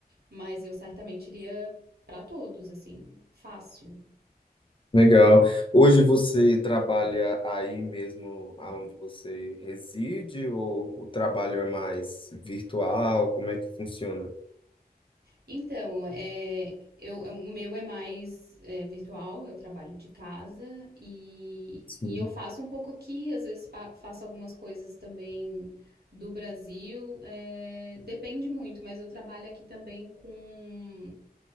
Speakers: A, on the right; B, on the left.
A: mas eu certamente iria para todos, assim, fácil.
B: legal. Hoje você trabalha aí mesmo aonde você reside ou o trabalho é mais virtual? Como é que funciona?
A: Então, é, eu, é, o meu é mais é, virtual, eu trabalho de casa e,
B: Sim.
A: e eu faço um pouco aqui, às vezes pa- faço algumas coisas também do Brasil, é, depende muito, mas eu trabalho aqui também com